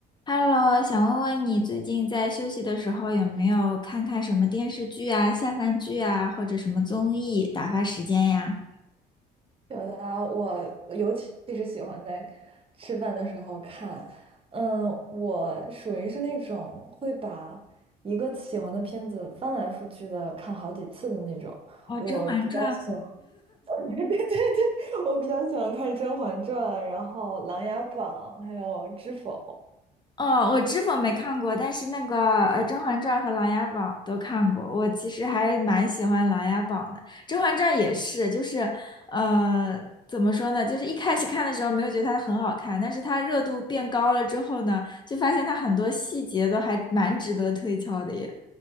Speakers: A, on the left; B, on the right.
A: Hello，想问问你最近在休息的时候有没有看看什么电视剧啊、下饭剧啊，或者什么综艺打发时间呀？
B: 表达我尤其是喜欢在吃饭的时候看，嗯，我属于是那种会把一个喜欢的片子翻来覆去的看好几次的那种。
A: 哦，
B: 我比较喜欢，
A: 《甄嬛传》
B: <laughs> 对对对，我比较喜欢看《甄嬛传》，然后《琅琊榜》，还有《知否》。
A: 哦，我知否没看过，但是那个呃，《甄嬛传》和《琅琊榜》都看过。我其实还蛮喜欢《琅琊榜》的，《甄嬛传》也是，就是呃，怎么说呢？就是一开始看的时候没有觉得它很好看，但是它热度变高了之后呢，就发现它很多细节都还蛮值得推敲的耶。